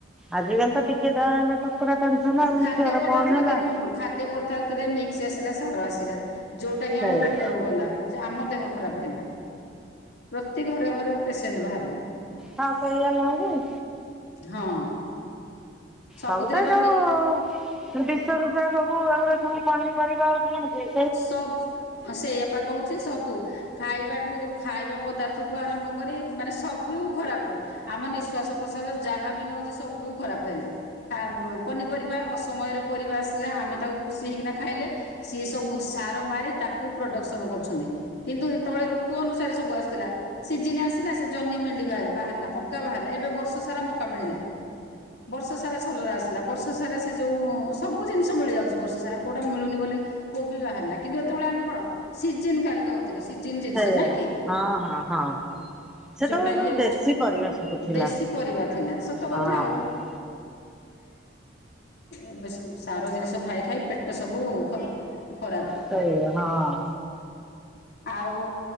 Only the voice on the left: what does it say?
ଖାଦ୍ୟ
ପଦାର୍ଥରେ
ଦେଖନ୍ତୁ ଖାଦ୍ୟ ପଦାର୍ଥରେ ମିକ୍ସ ଆସିଲା ସାର ଆସିଲା ଯୋଉଟା କିି
ଆମ ପେଟକୁ ଗଲା। ଯେ ଆମ ଦେହ ଖରାପେ ହେଲା। ପ୍ରତି ଘରେ-ଘରେ ପେସେଣ୍ଟ ବାହାରିଲେ।
ହଁ। ସବୁଥିରେ
ବା
ମି
ସବ୍ ଆଁ ସେଇୟାପା କହୁଛି ସବୁ। ଖାଇବାଠୁ ଖାଇବା ପଦାର୍ଥ ଠୁ ଆରମ୍ଭ କରି ମାନେ ସବୁ ଖରାପ। ଆମ ନିଶ୍ୱାସ ପ୍ରଶ୍ୱାସ ଯାହାବି ନଉଚି ସବୁ ଖରାପ ହେଲା। ଖା ପନିପରିବା ଅସମୟରେ ପରିବା ଆସିଲା ଆମେ ତାକୁ ଖୁସି ହେଇକିନା ଖାଇଲେ ସିଏ ସ ସବୁ ସାର ମାରି ତାକୁ ପ୍ରଡକ୍ସନ କରୁଛନ୍ତି କିନ୍ତୁ ହେତେବଳେ ଋତୁ ଅନୁସାରେ ସବୁ ଆସିଥିଲା। ସିଜିନ ଆସିଲା ସେ ଜହ୍ନି, ଭେଣ୍ଡି ବାବାହାରିଲା ମକା ବାହାରିଲା ଏବେ ବର୍ଷ ସାରା ମକା ମିଳିଲା। ବର୍ଷ ସାରା ସୋଲର ଆସ୍ ଥିଲା ବର୍ଷ ସାରା ସେ ଯୋଉ ସବୁ ଜିନିଷ ମିଳି ଯାଉଚି ବର୍ଷ ସାରା କୋଉଟା ମିଳୁନି ବୋଲି କୋବି ବାହାରିଲା କିନ୍ତୁ ହେତବେଳେ ଆମେ କଣ ସିଜିନ୍ କାଲକା ହ ଥିଲୁ ସିଜନ୍ ଜିନିଷ
ନା କି?
ଯୋଉଟାକିି
ଏ
ଦେଶୀ ପରିବା ଥିଲା ସତ
କଥା ଆଉ। ଏବେ ସବୁ ସାର ଜିନିଷ ଖାଇ ଖାଇ ପେଟ ସବୁ ଖ ଖରାପ।
ଆଉ